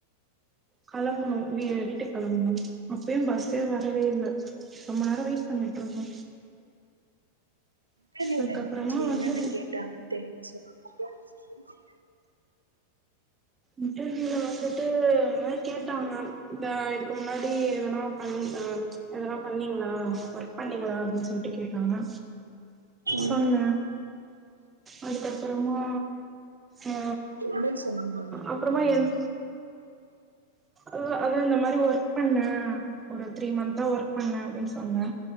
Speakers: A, on the right (about 20°); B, on the right (about 80°).
A: கெளம்பணு வீ வீட்டுக் கெளம்புனு அப்பயு பஸ்ஸே வரவே இல்ல ரொம்ப நேரோ வெய்ட் பண்ணிட்டு இருந்தோ
B: தெரியல
A: அதுக்கப்புறமா
B: செர் என்னென்
A: வந்தது
B: போய் கேட்டாங்கன் தெரியில செரி <unintelligible>
A: இன்டர்வியூல வந்துட்டு இந்த மாரி கேட்டாங்க இந்த இதுக்கு முன்னாடி எதுனா பண்ணி தா அதெல்லா பண்ணீங்ளா ஒர்க் பண்ணீங்ளா அப்டின் சொல்ட்டு கே ட்டாங்க
B: ம்
A: சொன்ன அதுக்கப்றமா ஆ
B: இல்லன்னு சொன்னீங்க
A: அப்றமா என் அதா அதா இந்த மாரி ஒர்க் பண்ண ஒரு த்ரீ மந்த்தா ஒர்க் பண்ண அப்டின் சொன்ன